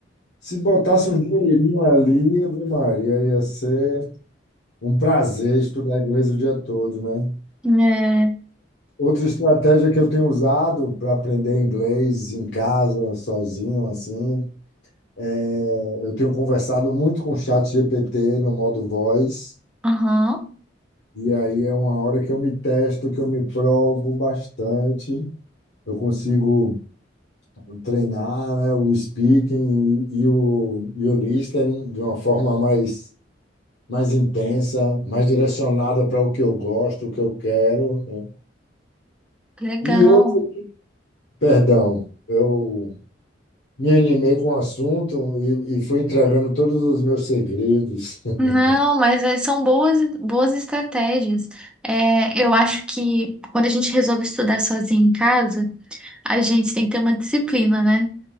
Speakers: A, on the left; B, in the centre.
A: se botasse um dinheirinho ali, Ave Maria, ia ser um prazer estudar inglês o dia todo, né?
B: É,
A: Outra estratégia que eu tenho usado para aprender inglês em casa, sozinho, assim, é Eu tenho conversado muito com o chat GPT no modo voz,
B: aham,
A: e aí é uma hora que eu me testo, que eu me provo bastante. Eu consigo treinar, né, o speaking e o, e o listening de uma forma mais, mais intensa, mais direcionada para o que eu gosto, o que eu quero, né?
B: legal.
A: E outro, perdão, eu me animei com o assunto e, e fui entregando todos os meus segredos. <laughs>
B: Não, mas eh, são boas, boas estratégias. É, eu acho que quando a gente resolve estudar sozinho em casa, a gente tem que ter uma disciplina, né?